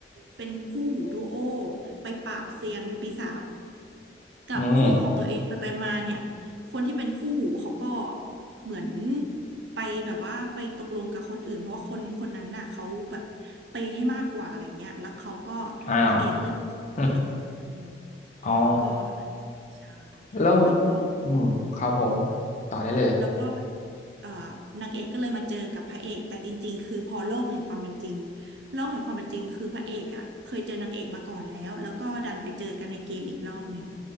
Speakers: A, on the right; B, on the left.
A: เป็นคู่หูดูโอไปปราบเซียนปีศาจกับคู่ของตัวเองไปไปมาเนี่ย
B: อืม
A: คนที่เป็นคู่หูเขาก็เหมือนไปแบบว่าไปตกลงกับคนอื่นเพราะว่าคนคนนั้นน่ะเขาแบบไปย์ให้มากกว่าอะไรเงี้ยแล้วเขาก็
B: อ้าว
A: นางเอกก็เลยมาจูบพระเอกอืม
B: <laughs> อมอ๋อ
A: ก็ ใช่
B: แล้ว
A: แล้วก็
B: อืมครับผมต่อได้เลย
A: แล้วก็แบบเอ่อนางเอกก็เลยมาเจอกับพระเอกแต่จริงๆคือพอโลกแห่งความเป็นจริงโลกแห่งความเป็นจริงคือพระเอกอ่ะเคยเจอนางเอกมาก่อนแล้วแล้วก็ดันไปเจอกันในเกมอีกรอบหนึ่ง